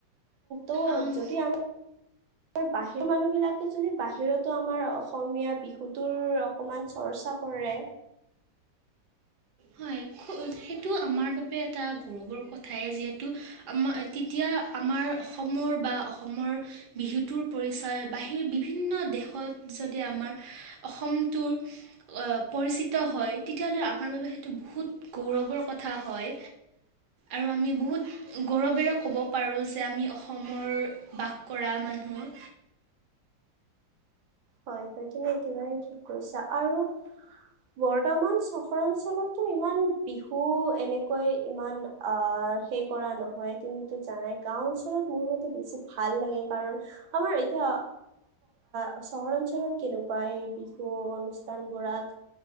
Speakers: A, on the right; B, on the right.
A: তো
B: আম,
A: যদি আমাৰ বাহিৰৰ মানুহ বিলাকে যদি বাহিৰতো আমাৰ অসমীয়া বিহুটোৰ অকমান চৰ্চা কৰে,
B: হয় সেইটো আমাৰ বাবে এটা গৌৰৱৰ কথাই যিহেতু আমাৰ তেতিয়া আমাৰ অসমৰ বা অসমৰ বিহুটোৰ পৰিচয় বাহিৰ বিভিন্ন দেশত যদি আমাৰ অসমটোৰ অহ পৰিচিত হয় তেতিয়াহ'লে আমাৰ বাবে সেইটো বহুত গৌৰৱৰ কথা হয় আৰু আমি বহুত গৌৰৱেৰে ক'ব পাৰোঁ যে আমি অসমৰ বাস কৰা মানুহ,
A: হয় হয় তুমি একেবাৰে ঠিক কৈছা আৰু বৰ্তমান চহৰ অঞ্চলতো ইমান বিহু এনেকৈ ইমান সেই কৰা নহয় তুমিতো জানাই গাঁও অঞ্চলত মোৰ মতে বেছি ভাল লাগে কাৰণ আমাৰ এতিয়া অসম চহৰ অঞ্চলত কেনেকুৱা এই বিহু অনুষ্ঠানবোৰাক